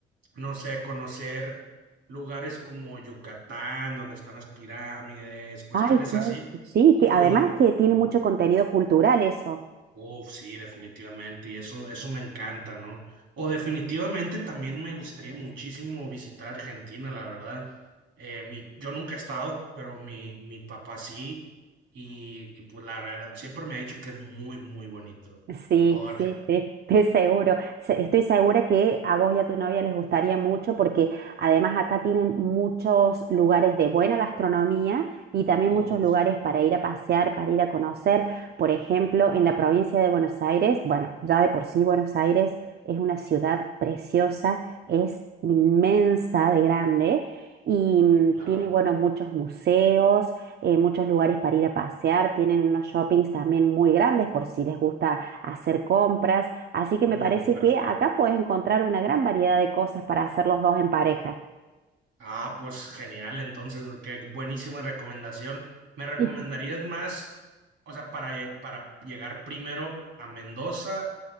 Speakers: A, on the right; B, on the right.
A: no sé, conocer lugares como Yucatán, donde están las pirámides, cuestiones
B: Ay, qué
A: así.
B: eso. Sí,
A: O
B: que además
A: incluso
B: que tiene mucho contenido cultural eso.
A: Uf, sí, definitivamente, y eso, eso me encanta, ¿no? O definitivamente también me gustaría muchísimo visitar Argentina, la verdad. Eh, mi, yo nunca he estado, pero mi, mi papá sí, y, y pues la verdad, siempre me ha dicho que es muy, muy bonito.
B: Sí,
A: Todo Argentina.
B: sí, sí, estoy seguro. Se- Estoy segura que a vos y a tu novia les gustaría mucho porque además acá tienen muchos lugares de buena gastronomía y también
A: Uf,
B: muchos lugares para ir a pasear, para ir a conocer. Por ejemplo, en la provincia de Buenos Aires, bueno, ya de por sí Buenos Aires es una ciudad preciosa, es inmensa de grande y mm,
A: claro.
B: tiene, bueno, muchos museos, eh, muchos lugares para ir a pasear, tienen unos shoppings también muy grandes por si les gusta hacer compras. Así que
A: oh
B: me parece
A: perfecto.
B: que acá puedes encontrar una gran variedad de cosas para hacer los dos en pareja.
A: Ah, pues genial, entonces, qué buenísima recomendación. ¿Me recomendarías
B: Y
A: más, o sea, para, lle- para llegar primero a Mendoza